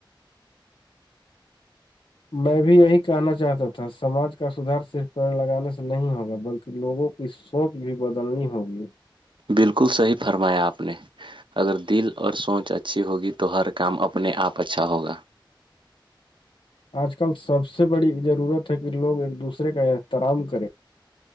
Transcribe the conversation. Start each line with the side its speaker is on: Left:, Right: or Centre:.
Left: میں بھی یہی کہنا چاہتا تھا سماج کا سدھار صرف پیڑ لگانے سے نہیں ہوگا بلکہ لوگوں کو اس سوچ بھی بدلنی ہوگی
Right: بالکل صحیح فرمایا آپ نے اگر دل اور سوچ اچھی ہوگی تو ہر کام اپنے آپ اچھا ہوگا
Left: آج کل سب سے بڑی ضرورت ہے کہ لوگ ایک دوسرے کا احترام کریں